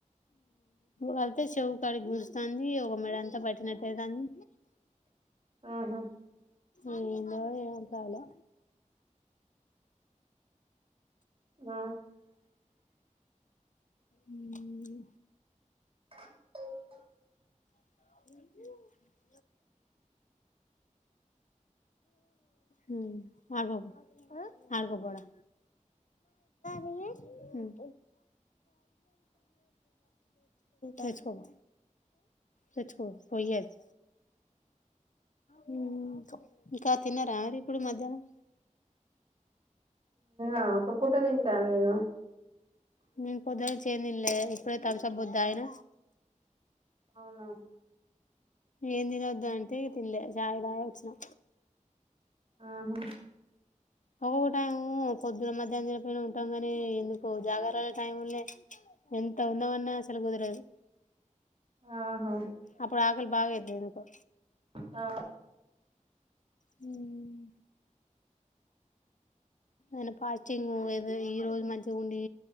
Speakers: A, on the left; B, on the right.
A: వెళ్తే చెవ్ గాడిక్ <unintelligible> తంది ఒక మేడ అంతా బట్టినటైతాంది
B: ఆహా
A: ఏందో ఏం కాలో
B: ఆ
A: హ్మ్
B: <unintelligible>
A: అవు. మ్మ్ ఆడ్కోబో ఆడ్కోబో ఆడా మ్మ్ తెచ్చుకోపో తెచ్చుకోపో పోయి అది మ్మ్ మ్మ్ ఇంకా తిన్నారా మరి ఇప్పుడు మధ్యాహ్నం
B: ఆ ఒక పూట తింటాన్ నేను
A: నేను పొద్దున్నుంచి ఏం తినలే ఇప్పుడే థమ్సబ్బు దాగిన
B: అవునా
A: ఏం తినొద్దు అంటే తినలే ఛాయ్ దాగ్ వచ్చినా
B: ఆహా
A: ఒక్కొక్క టైం పొద్దున మధ్యాహం తినక్పోయిన ఉంటాం కాని ఎందుకో జాగార్లర టైం నే ఎంత ఉందామన్నా అసలు కుదరదు.
B: ఆహా
A: అప్పుడ్ <unintelligible> ఓక్వేళ బాగాయితే ఎందుకో
B: ఆ
A: హ్మ్ అన్ పాజ్ టింగ్ ఏదో ఈ రోజు మంచిగా ఉండి